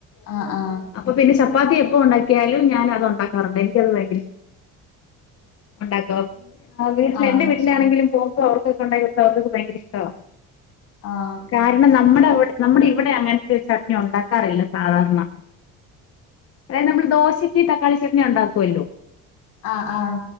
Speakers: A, on the left; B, on the left.
A: അ ആ
B: അപ്പൊപിന്നെ ചപ്പാത്തി എപ്പൊ ഒണ്ടാക്കിയാലും ഞാനത് ഒണ്ടാക്കാറൊണ്ട് എനിക്കത് ഭയങ്കര ഇ ഒണ്ടാക്കോ ആ വീട്ടില്
A: ആഹ് ആഹ് ആഹ്
B: എന്റെ വീട്ടിലാണെങ്കിലും പോവുമ്പോ അവർക്കൊക്കെ ഒണ്ടാക്കി കൊടുത്താ അവർകൊക്കെ ഭയങ്കര ഇഷ്ടവാ.
A: ആഹ്
B: കാരണം നമ്മടെ അവിടെ നമ്മടെ ഇവിടെ അങ്ങനത്തെ ഒരു ചട്നി ഒണ്ടാക്കാറില്ല സാധാരണ. അത് നമ്മള് ദോശയ്ക്ക് തക്കാളി ചട്ട്നി ഒണ്ടാക്കുവല്ലോ.
A: ആഹ് ആഹ്